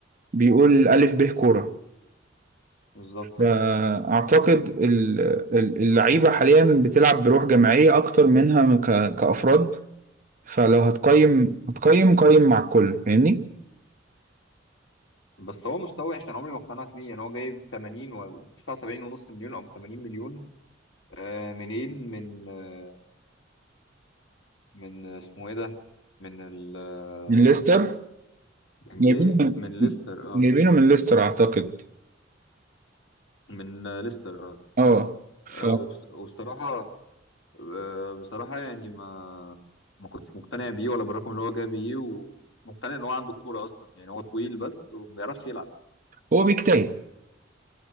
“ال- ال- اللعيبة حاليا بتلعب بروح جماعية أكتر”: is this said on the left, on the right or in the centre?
Right